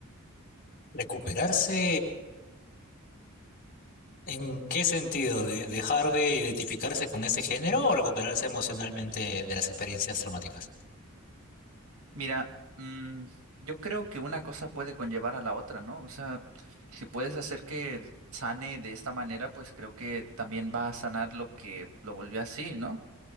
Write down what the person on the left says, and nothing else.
¿Recuperarse en qué sentido? ¿De- ¿Dejar de identificarse con ese género o recuperarse emocionalmente de las experiencias traumáticas?